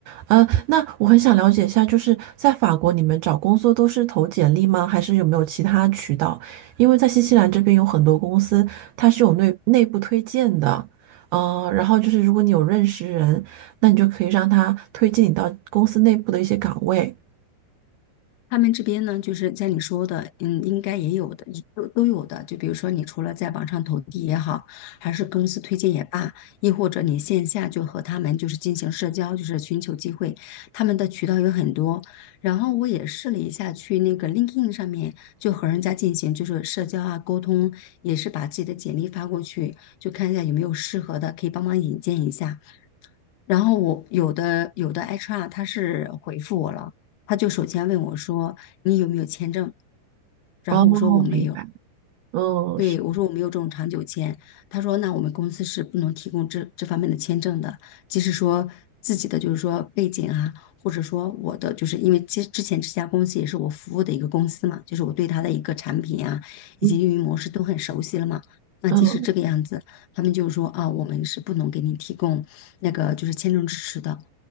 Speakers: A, on the right (about 85°); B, on the left (about 65°).
A: 嗯，那我很想了解一下，就是在法国，你们找工作都是投简历吗？还是有没有其他渠道？因为在新西兰这边有很多公司，它是有内内部推荐的。嗯，然后就是如果你有认识人，那你就可以让他推荐你到公司内部的一些岗位。
B: 他们这边呢，就是像你说的，嗯，应该也有的，都都有的。就比如说，你除了在网上投递也好，还是公司推荐也罢，亦或者你线下就和他们就是进行社交，就是寻求机会，他们的渠道有很多。然后我也试了一下，去那个 LinkedIn 上面就和人家进行就是社交啊沟通，也是把自己的简历发过去，就看一下有没有适合的，可以帮忙引荐一下。然后我有的有的 HR 他是回复我了，他就首先问我说你有没有签证，然后我说我没有，
A: 哦，明白。嗯，
B: 对我说我没有这种长久签，
A: 是，
B: 他说那我们公司是不能提供这这方面的签证的，即使说自己的就是说背景啊，或者说我的就是因为之之前这家公司也是我服务的一个公司嘛，就是我对它的一个产品啊以及运营模式都很熟悉了嘛，
A: 嗯
B: 那即使这个样子，
A: 嗯
B: 他们就说啊我们是不能给你提供那个就是签证支持的。